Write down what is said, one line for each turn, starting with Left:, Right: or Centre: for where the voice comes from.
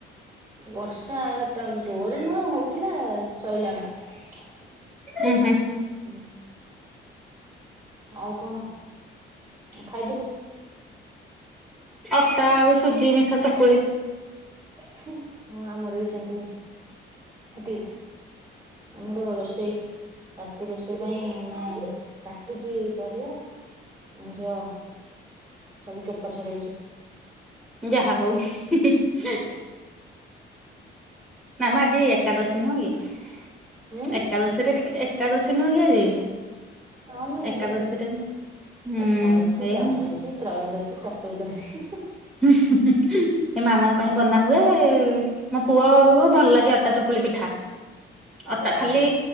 Right: ବର୍ଷାଟା ଜୋରରେ ନୁହଁ ହଉଥିଲା ସଇଲାଣି। <inaudible>
Centre: ଉୁଁ ହୁଁ
Right: ଉଁ ଆଉ କଣ <inaudible> ଖାଇଥିଲୁ?
Centre: ଅଟା ଆଉ ସୁଜି ମିସା ଚକୁଳି।
Right: ହୁଁ ହଁ ଆମର ବି ସେମତି ହୁଏ। <inaudible> ସେତିକ ଦେ ଆମର ରୋଷେଇ ରାତି ରୋଷେଇ ପାଇଁ ମୁଁ କାଟୁଚି ପରିବା, ମୋ ଝିଅ ସବୁ ଚୋପା ଛଡୋଉଚି।
Centre: ଯାହା ହଉ ହୁଁ ହୁଁ। <inaudible> ନାମ ଆଜି ଏକାଦଶୀ ନୁହେଁ କି
Right: ଉଁ
Centre: <inaudible> ଏକାଦଶୀ ରେ ଟିକେ ଏକାଦଶୀ ନୁହଁ କି ଆଜି
Right: ହଁ ମୁଁ ଏଇଟା
Centre: ଏକାଦଶୀରେ
Right: ତ ଜାଣିଚି
Centre: ହୁଁ
Right: ଏକାଦଶୀ,
Centre: ଏଇ
Right: ଦ୍ଵାଦଶୀ, ତ୍ରୟୋଦଶୀ ଚତୁର୍ଦ୍ଦଶୀ
Centre: ହୁଁ ହୁଁ ଏ ମାମାଙ୍କ ପାଇଁ ବନା ହୁଏ, ମୋ ପୁଅ ଅ ଭଲ ଲାଗେ ଅଟା ଚକ କୁଳି ପିଠା ଅଟା
Right: ଯାହା
Centre: ଖାଲି
Right: ହଉ